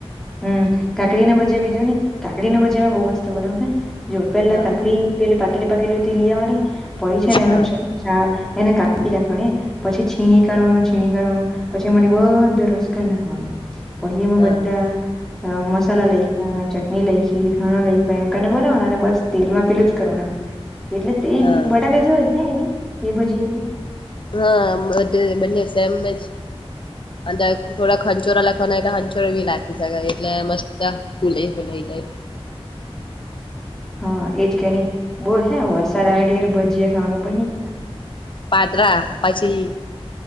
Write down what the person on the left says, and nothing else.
હા
હા
હા.
હા
હા બધું બનેશે એમ જ
અંદર થોડાક ખંચોરા લખવાના તો ખંચોરા બી લખી શકાય એટલે મસ્ત ફૂલે લઈ જાય
પાટરા પછી